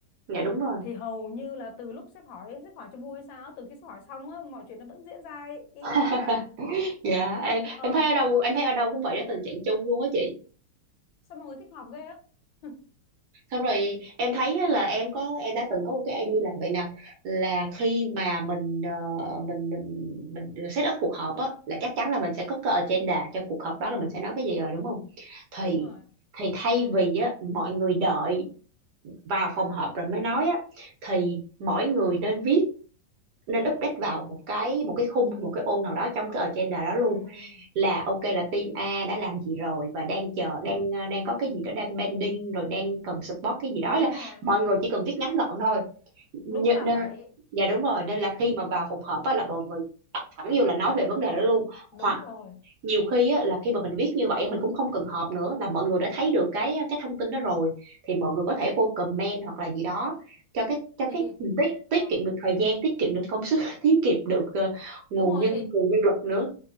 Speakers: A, on the right (about 65°); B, on the left (about 75°).
A: Dạ đúng rồi.
B: thì hầu như là từ lúc sếp hỏi sếp hỏi cho vui sao từ khi sếp hỏi xong á mọi chuyện nó vẫn diễn ra y
A: <laughs>
B: y như cũ à
A: Dạ, em,
B: ờ
A: em thấy ở đâu em thấy ở đâu cũng vậy đó tình trạng chung luôn á chị.
B: sao mọi người thích họp ghê á <laughs>
A: xong rồi em thấy á là em có em đã từng có một cái idea là vậy nè là khi mà mình ờ, mình mình mình set up cuộc họp á là chắc chắn là mình sẽ có cái agenda cho cuộc họp đó là mình sẽ nói cái gì rồi đúng không thì
B: đúng rồi
A: thì thay vì á mọi người đợi vào phòng họp rồi mới nói á thì mỗi người nên viết nên update vào một cái một cái khung một cái ô nào đó trong cái agenda đó luôn
B: ừ,
A: là ok là team A đã làm gì rồi và đang chờ đang ờ, đang có cái gì đó đang pending rồi đang cần support cái gì đó
B: đúng
A: là
B: rồi
A: mọi người chỉ cần viết ngắn gọn thôi Nhớ-
B: đúng là
A: nên,
B: vậy
A: dạ đúng rồi nên là khi mà vào phòng họp á là mọi người tập thẳng vô là nói về vấn đề đó luôn
B: đúng
A: hoặc
B: rồi
A: nhiều khi á, là khi mà mình viết như vậy mình cũng không cần họp nữa là mọi người đã thấy được cái cái thông tin đó rồi thì mọi người có thể vô comment hoặc là gì đó cho cái cho
B: thì
A: cái mình tiết tiết
B: ờ
A: kiệm được thời gian tiết kiệm được công sức <laughs> tiết kiệm được ờ, nguồn
B: đúng rồi
A: nhân
B: thì
A: nguồn nhân lực nữa